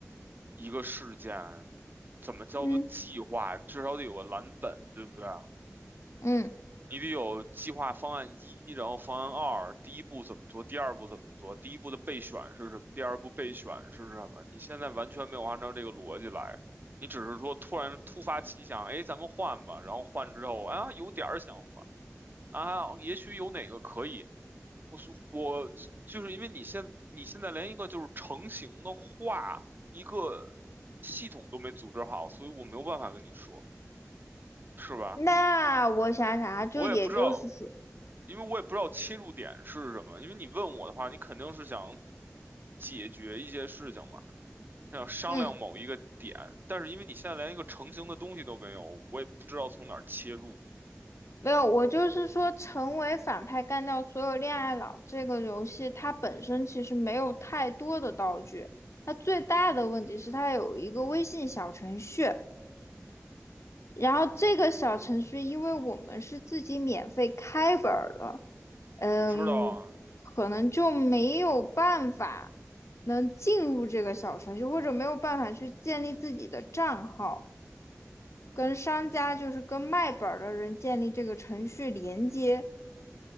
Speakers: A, on the right; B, on the left.
A: 一个事件，怎么叫做计划？
B: 嗯
A: 至少得有个蓝本，对不对？啊？
B: 嗯，
A: 你得有计划方案一，然后方案二，第一步怎么做，第二步怎么做，第一步的备选是什么，第二步备选是什么？你现在完全没有按照这个逻辑来，你只是说突然突发奇想，哎，咱们换吧，然后换之后啊，有点儿想换啊，也许有哪个可以，我是我就是因为你现你现在连一个就是成型的话，一个系统都没组织好，所以我没有办法跟你说，是吧？
B: 那我想想啊，就也就是说，
A: 我也不知道，因为我也不知道切入点是什么。因为你问我的话，你肯定是想解决一些事情嘛，想商量某一个点。
B: 嗯，
A: 但是因为你现在连一个成型的东西都没有，我也不知道从哪儿切入。
B: 没有，我就是说，成为反派干掉所有恋爱脑这个游戏，它本身其实没有太多的道具，它最大的问题是它有一个微信小程序。然后这个小程序，因为我们是自己免费开本儿的，嗯，
A: 我知道啊，
B: 可能就没有办法能进入这个小程序，或者没有办法去建立自己的账号，跟商家就是跟卖本儿的人建立这个程序连接。